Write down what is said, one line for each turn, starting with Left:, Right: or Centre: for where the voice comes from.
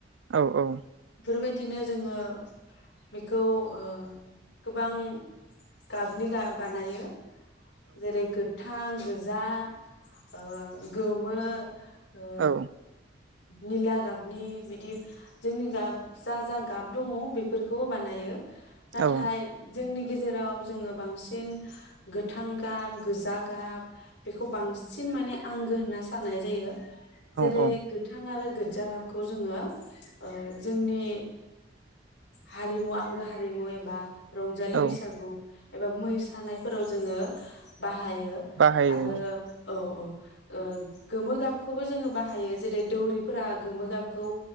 Right: औ औ।
Left: बेफोरबायदिनो जोङो बेखौ ओ गोबां गाबनि गा बानायो जेरै गो थां गोजा ओ गोमो ओ
Right: औ
Left: निला गाबनि बिदि जोंनि गाब जा जा गाब दङ बेफोरखौबो बानायो। नाथाय
Right: औ
Left: जोंनि गेजे जेराव जोङो बांसिन गोथां गाब, गोजा गाब बेखौ बांसिन माने आंगो होनना साननाय जायो। जेरै
Right: औ
Left: गोथां आरो गो जा गाबखौ जोङो ओ जोंनि हारिमु, आंगो हारिमु एबा रंजलि
Right: औ
Left: बैसागु एबा मोसानायफोराव जोङो बाहाय बाहायो
Right: बाहायो
Left: आरो औ औ । ओ गोमो गाब खौबो जोङो बाहायो जेरै दौरिफोरा गोमो गाबखौ